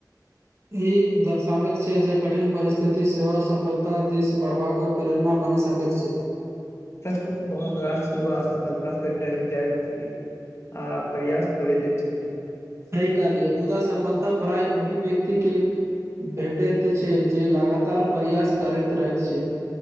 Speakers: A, on the right; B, on the left.
A: ई दर्शाबैत छै, जे कठिन परिस्थिति सेहो सफलता दिश बढ़बाक के प्रेरणा बनि सकैत छै।
B: सच कहु तऽ बहुत रास युवा असफलता से डरी जाइत छथि। आ प्रयास छोड़े दै छथि।
A: सही कहलि य, मुदा सफलता प्राय ओहि व्यक्ति के भेटै त छै, जे लगातार प्रयास करैत रहैत छै।